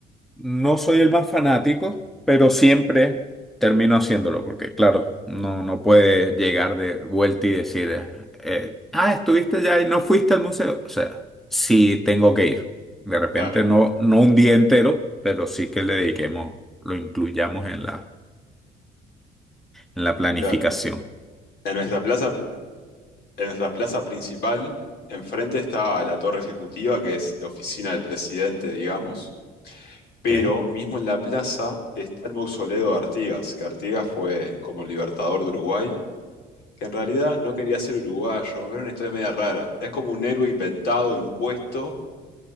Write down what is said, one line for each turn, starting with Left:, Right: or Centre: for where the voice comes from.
Centre: No soy el más fanático, pero siempre termino haciéndolo, porque claro, no, no puede llegar de vuelta y decir, eh, eh, ah, estuviste ya y no fuiste al museo. O sea, sí tengo que ir. De repente
Left: Claro,
Centre: no, no un día entero, pero sí que le dediquemos, lo incluyamos en la, en la planificación.
Left: claro. En nuestra plaza, en nuestra plaza principal, enfrente está la torre ejecutiva, que es la oficina del presidente, digamos Pero
Centre: Ok,
Left: mismo en la plaza está el mausoleo de Artigas, que Artigas fue como libertador de Uruguay, que en realidad no quería ser uruguayo, era una historia media rara. Es como un héroe inventado, impuesto,